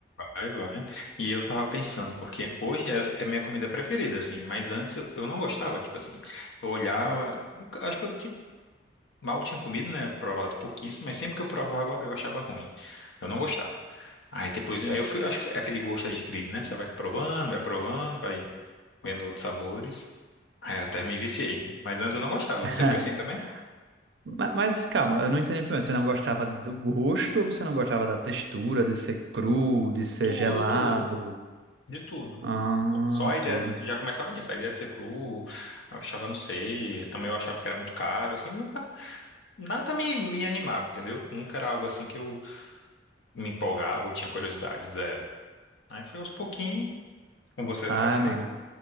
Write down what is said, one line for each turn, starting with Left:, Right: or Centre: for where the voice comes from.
Left: vai, vai. E eu tava pensando, porque hoje é, é minha comida preferida, assim, mas antes eu, eu não gostava, tipo assim, eu olhava, nunca- acho que eu ti- mal tinha comido, né? Provado pouquíssimo, mas sempre que eu provava eu achava ruim. Eu não gostava. Aí depois, aí eu fui, acho que foi aquele gosto adquirido, né? Você vai provando, vai provando, vai vendo outros sabores. Aí até me viciei. Mas antes eu não gostava.
Right: <laughs>
Left: Você foi assim também?
Right: Ma- Mas calma, eu não entendi muito bem. Você não gostava do gosto ou você não gostava da textura, de ser cru, de ser
Left: Tudo,
Right: gelado?
Left: tudo, de tudo.
Right: Ah,
Left: Só a ideia
Right: tudo.
Left: de- já começava nisso, a ideia de ser cru, eu achava, não sei, também eu achava que era muito caro, assim, nunca, nada me, me animava, entendeu? Nunca era algo assim que eu me empolgava ou tinha curiosidade, zero. Aí foi aos pouquinhos, com você
Right: Ah,
Left: não foi assim,
Right: amigo.
Left: não?